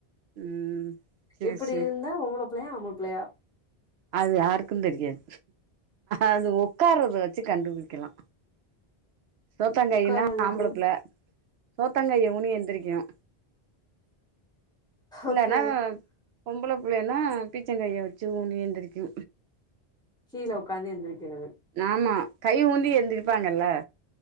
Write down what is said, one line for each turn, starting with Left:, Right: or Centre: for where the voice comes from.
Right: ம் சேரி
Centre: இப்படி
Right: சேரி
Centre: இருந்தா பொம்பல புள்ளையா அம்பல புள்ளையா
Right: அது யாருக்கு தெரியாது அது உக்காறத வச்சு கண்டுபுடிக்கலா சோத்தாங்கையுனா
Centre: உக்காறது எப்டி
Right: ஆம்புளப்புள்ள சோத்தாங்கைய ஊனி எந்திரிக்கணு இல்லனா
Centre: ஓகே
Right: பொம்பள புள்ள ன்னா பீச்சாங்கைய வச்சு ஊனி ஏந்திரிக்கு
Centre: கீழ உக்காந்து ஏந்திரிக்கிறது
Right: ஆமா கை ஊந்தி எந்திருப்பாங்கல்ல